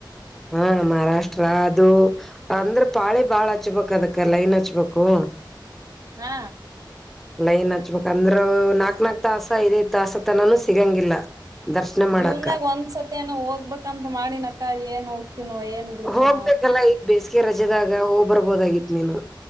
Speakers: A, in the centre; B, on the right.
A: ಹಾ ಮಹಾರಾಷ್ಟ್ರ ಅದು ಅಂದ್ರ ಪಾಳೆ ಬಾಳ್ ಹಚ್ಬೇಕಕ್ ಅದಕ್ಕ ಲೈನ್ ಹಚ್ಬೇಕು
B: ಹಾ
A: ಲೈನ್ ಹಚ್ಬೇಕಕ್ ಅಂದ್ರ ನಾಕ್ ನಾಕ್ ತಾಸ ಐದಐದ ತಾಸತನಾನೂ ಸಿಗಂಗಿಲ್ಲ ದರ್ಶನ ಮಾಡಾಕ
B: ಜೀವನ್ದಾಗ ಒಂದ್ಸತಿ ನ ಹೋಗ್ಬೇಕಂತ ಮಾಡಿನಕ ಏನ್ ಹೋಗ್ತನೋ ಏನ್ ಬಿಡ್ತೀನೋ
A: ಹೋಗ್ಬೇಕಲ್ಲಾ ಈ ಬೇಸಿಗೆ ರಜೆದಾಗ ಹೋಗ್ ಬರ್ಬೋದಾಗಿತ್ ನೀನು